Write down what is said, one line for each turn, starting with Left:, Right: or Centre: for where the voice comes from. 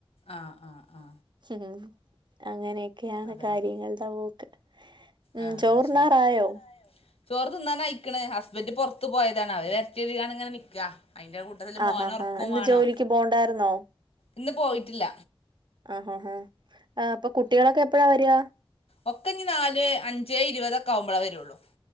Left: ആ ആ ആ
Right: ഉം അങ്ങനെയൊക്കെയാണ്
Left: അതന്നെ
Right: കാര്യങ്ങളുടെ പോക്ക്. ഉം.
Left: ആ
Right: ചോറുണ്ണാറായോ?
Left: അത് ശരി ചോറ് തിന്നാൻ അയിക്കണ്. ഹസ്ബന്റ് പുറത്ത് പോയതാണ് അവര് വരറ്റേന്ന് ഞാൻ ഇങ്ങനെ നിക്കുക. അയിന്റെ കൂട്ടത്തിൽ
Right: ആഹ്
Left: മോനേ
Right: ആഹ്
Left: ഉറക്കവും
Right: ഇന്ന്
Left: വേണം.
Right: ജോലിക്ക് പോണ്ടായിരുന്നോ
Left: ഇന്ന് പോയിട്ടില്ല.
Right: ആ ഹാ ഹാ ഹ അപ്പൊ കുട്ടികളൊക്കെ എപ്പഴാ വരിക?
Left: ഒക്ക ഇങ്ങ് നാല് അഞ്ച് ഇരുപതൊക്കെ ആവുമ്പോഴേ വരു ള്ളൂ.